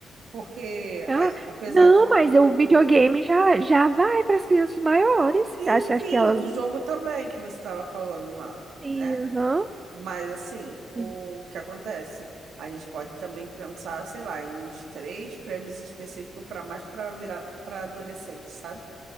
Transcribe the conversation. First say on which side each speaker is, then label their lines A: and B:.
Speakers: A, on the right; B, on the right.
A: Porque,
B: Ah,
A: a- apesar
B: não,
A: de
B: mas
A: tudo,
B: o videogame já, já vai para as crianças maiores.
A: sim,
B: Acho,
A: sim,
B: acho que elas.
A: o jogo também que você estava falando lá,
B: Sim,
A: né?
B: aham.
A: Mas assim, o
B: Sim.
A: que acontece? A gente pode também pensar, sei lá, em uns três prêmios específicos para mais para virar para adolescente, sabe?